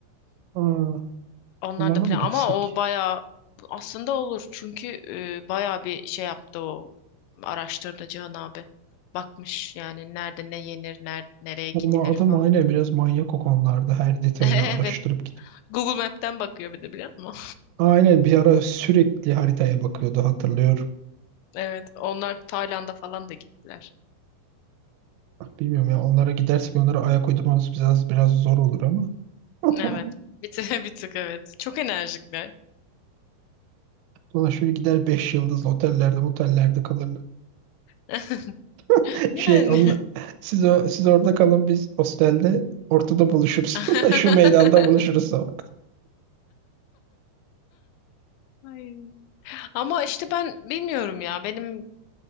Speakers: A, on the right; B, on the left.
A: Aa,
B: Onlar
A: onlarla
B: da plan
A: mı gitsek?
B: ama o bayağı aslında olur. Çünkü e, bayağı bir şey yaptı o. Araştırdı Cihan abi. Bakmış yani nerede ne yenir, ner nereye gidilir
A: Ama adam
B: falan.
A: aynen biraz manyak o konularda. Her detayını
B: <laughs>
A: araştırıp
B: Evet.
A: git.
B: Google Map'ten bakıyor bir de biliyor musun?
A: Aynen bir ara sürekli haritaya bakıyordu hatırlıyorum.
B: <laughs> Evet. Onlar Tayland'a falan da gittiler.
A: Bilmiyorum ya onlara gidersek onlara ayak uydurmamız biraz biraz zor olur ama. <laughs>
B: Evet. Bir tık, <laughs> bir tık evet. Çok enerjikler.
A: Ulan şöyle gider beş yıldızlı otellerde, motellerde kalırlar.
B: <laughs>
A: <laughs> Şey
B: Yani.
A: onla siz o, siz orada kalın biz hostelde ortada buluşuruz.
B: <laughs>
A: <laughs> Şu meydanda buluşuruz sabah.
B: Ay. Ama işte ben bilmiyorum ya. Benim